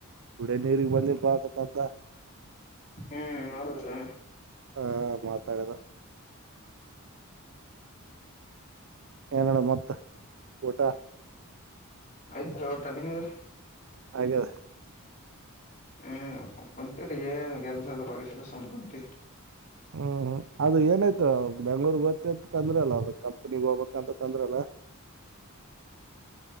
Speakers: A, on the right; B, on the left.
A: ಕುಡಿ ನೀರು ಬಂದೇ ಅಂತಂದ ಹತ
B: ಹ್ಮ್ ಹೌದ್ರೀ
A: ಹಾ ಮಾತಾಡಿದ ಏನಡ ಮತ್ತ ಊಟ
B: ಆಯ್ತ್ರಿ ಊಟ ನಿಮ್ಮ್ದ
A: ಹಾಗ್ಯದ
B: ಹ್ಮ್ ಸುಮ್ಕುಂತೀನಿ ಏನ್ ಕೆಲಸ ಇಲ್ಲ ಸುಮ್ಕುಂತಿನಿ
A: ಹ್ಮ್ ಅದು ಏನಾಯ್ತು ಬೆಂಗಳೂರು ಹೋಗ್ತೇನ್ ಅಂದ್ರಲ್ಲ ಅದು ಕಂಪ್ನಿಗ್ ಹೋಗ್ಬೇಕ ಅಂತ ಅಂದ್ರಲ್ಲ <inaudible>